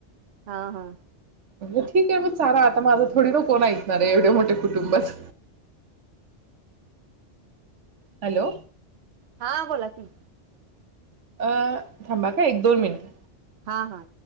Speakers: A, on the right; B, on the right.
A: हा हा
B: म्हणलं ठीक आहे म चारा आता माझं थोडी न कोण ऐकणारये एवढ्या मोठ्या कुटुंबात हॅलो
A: हा बोला की,
B: अं थांबा हा काय एक दोन मिनिटं
A: हां हां